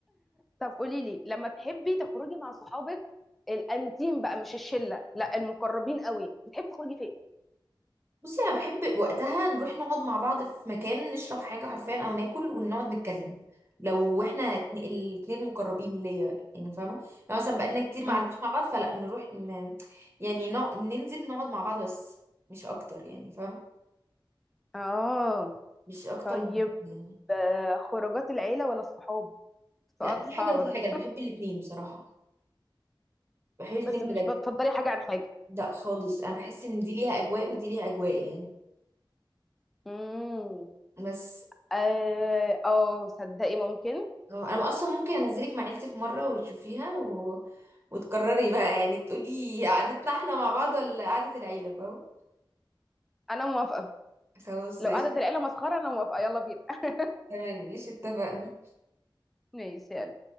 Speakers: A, in the centre; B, on the right (about 30°).
A: طب قولي لي لما تحبي تخرجي مع صحابك الانتيم بقى مش الشله لا المقربين قوي بتحبي تخرجي فين
B: بصي انا بحب وقتها نروح نقعد مع بعض في مكان نشرب حاجه حرفيا او ناكل ونقعد نتكلم لو احنا اتن- الاتنين مقربين ليا يعني فاهمه لو مثلا بقالنا كتير
A: امم
B: ما قعدناش مع بعض فلا نروح ن... يعني نوع... ننزل نقعد مع بعض بس مش اكتر يعني فاهمه
A: اه
B: مش اكتر
A: طيب
B: من يعني.
A: آه، خروجات العيله ولا الصحاب
B: لا
A: سؤال
B: دي
A: صعب
B: حاجه ودي
A: ده
B: حاجه انا بحب الاتنين بصراحه بحب الاتنين
A: بس مش
B: بجد
A: بتفضلي حاجه عن حاجه
B: لا خالص انا بحس ان دي ليها اجواء ودي ليها اجواء يعني
A: امم
B: بس
A: اه آه، صدقي ممكن
B: اه انا اصلا ممكن انزلك مع عيلتي في مره وتشوفيها و... وتكرري بقى يعني تقولي قعدتنا احنا مع بعض ولا قعده العيله فاهم
A: انا موافقه
B: خلاص
A: لو
B: ايش
A: قعدت العيله مسخره انا موافقه يلا بينا <laughs>
B: تمام ايش اتفقنا
A: ماشي يلا